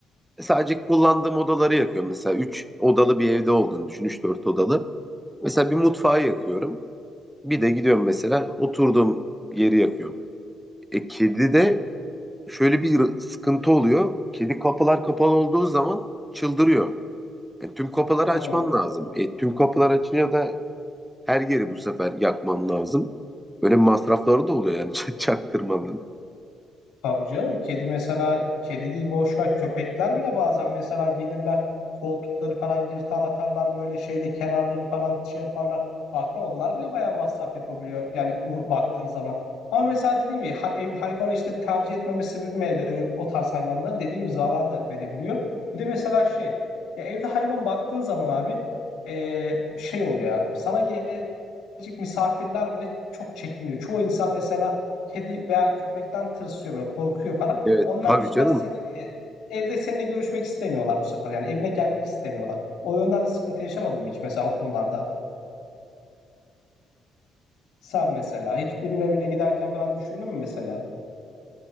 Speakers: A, in the centre; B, on the left (about 85°).
A: E, Sadece kullandığım odaları yakıyorum. Mesela 3 odalı bir evde olduğunu düşün. 3-4 odalı. Mesela bir mutfağı yakıyorum. Bir de gidiyorum mesela oturduğum yeri yakıyorum. E, kedi de şöyle bir sıkıntı oluyor. Kedi kapılar kapalı olduğu zaman çıldırıyor. E, tüm kapıları
B: Hı.
A: açman lazım. E, tüm kapılar açınca da her yeri bu sefer yakmam lazım. Böyle masrafları da oluyor yani <laughs> çaktırmadan.
B: Tabii canım kedi mesela kedi değil boş ver köpekler bile bazen mesela gelirler koltukları falan yırtar atarlar böyle şeyde kenarları falan şey yaparlar. Bakma onlar bile bayağı masraf yapabiliyor yani u- baktığın zaman. Ama mesela dediğim gibi ha- ev, hayvanı işte tercih etmeme sebebim evde öyle, o tarz hayvanlara dediğim gibi zarar da verebiliyor. Bir de mesela şey ya evde hayvan baktığın zaman abi e, şey oluyor ya sana gel Birazcık misafirler bile çok çekiniyor. Çoğu insan mesela kedi veya köpekten tırsıyor böyle korkuyor falan.
A: Evet
B: Onlar
A: tabii
B: bu sefer
A: canım.
B: senin e, evde seninle görüşmek istemiyorlar bu sefer. Yani evine gelmek istemiyorlar. O yönden de sıkıntı yaşamadın mı hiç mesela o konularda? Sen mesela hiçbirinin evine giderken falan düşündün mü mesela?